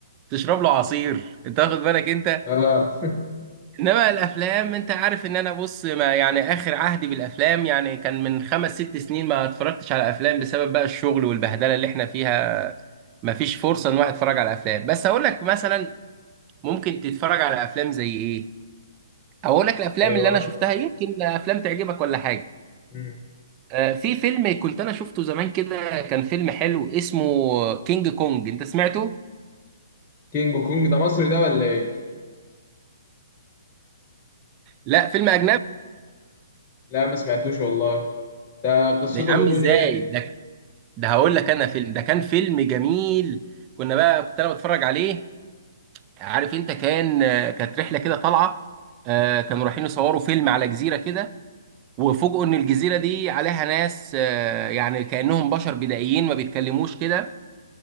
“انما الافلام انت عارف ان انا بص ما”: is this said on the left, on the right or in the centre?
Right